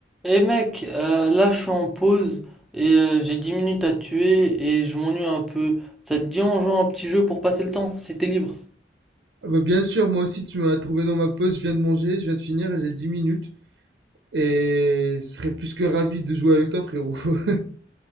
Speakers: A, in the centre; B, on the right.
A: Eh mec, euh, là je suis en pause et euh, j'ai 10 minutes à tuer et je m'ennuie un peu. Ça te dit on joue à un petit jeu pour passer le temps, si t'es libre.
B: Ah bah, bien sûr, moi aussi, tu m'as trouvé dans ma pause. Je viens de manger, je viens de finir et j'ai 10 minutes. Et je serais plus que ravi de jouer avec toi, frérot. <laughs>